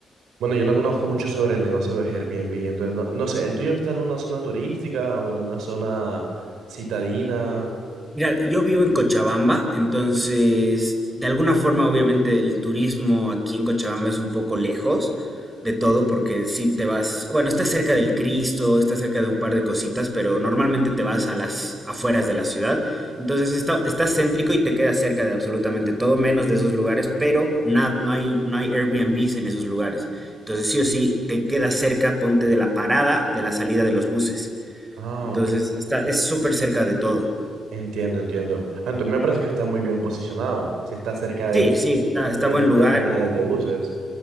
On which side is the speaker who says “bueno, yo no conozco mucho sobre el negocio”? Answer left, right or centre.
Right